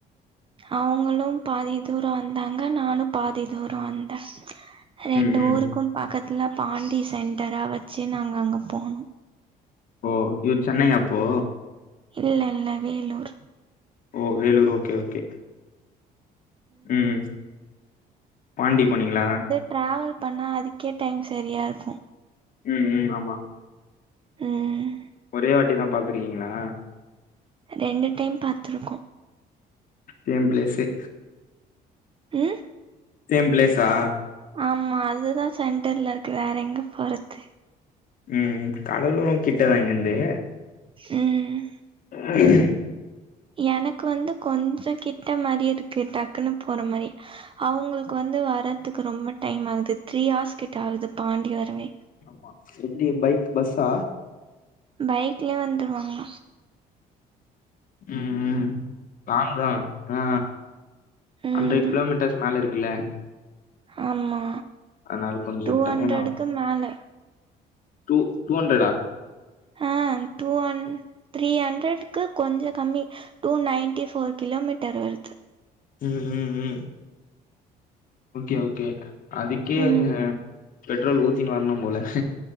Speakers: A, on the right; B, on the left.
A: அவுங்களு பாதி தூரோ வந்தாங்க நானு பாதி தூரோ வந்தே ரெண்டு
B: ம் ம்
A: ஊருக்கு பக்கத்துல பாண்டி சென்டரா வெச்சி நாங்க அங்க போனோ
B: ஓ இவரு சென்னையா அப்போ
A: இல்ல இல்ல வேலூர்
B: ஓ வேலூர் ஓகே ஓகே ம் பாண்டி போனீங்களா
A: ட்ராவல் பண்ணா அதுக்கே டைம் செரியா இருக்கு
B: ம் ம் ஆமா
A: ம்
B: ஒரே வாட்டி தா பாத்திருக்கீங்களா
A: ரெண்டு டைம் பாத்திருக்கோ
B: சேம் ப்ளேஸ்சே
A: அ
B: சேம் ப்ளேஸா
A: ஆமா அதுதா சென்டர்ல இருக்கு வேற எங்க போறது
B: ம் கடலூரு கிட்டதா இங்கந்து
A: ம்ம்
B: <unintelligible>
A: எனக்கு வந்து கொஞ்ச கிட்ட மாதி இருக்கு இப்பயே டக்குன்னு போன மாரி அவுங்களுக்கு வந்து வரதுக்கு ரொம்ப டைம் ஆகுது த்ரீ அவர்ஸ் கிட்ட ஆகுது பாண்டி வரவே
B: ஆமா எப்டி பைக் பஸ்ஸா
A: பைக்லே வந்துருவாங்க
B: ம் ம் லாங்கு தா ஆ
A: ம்
B: ஹன்ரட் கிலோமீட்டஸ் மேல இருக்குல்ல
A: ஆமா
B: அதனால கொஞ்சோ
A: டூ ஹன்ரடுக்கு
B: டைம் ஆகு
A: மேல
B: டூ டூ ஹன்ரட்டா
A: ஆங் டூ ஹன் த்ரீ ஹன்ரட்கு கொஞ்சோ கம்மி டூ நைன்டி போர் கிலோமீட்டர் வருது
B: ம் ம் ம் ஓகே ஓகே அதுக்கே
A: ம்
B: அவுங்க பெட்ரோல் ஊத்தினு வர்ணு போல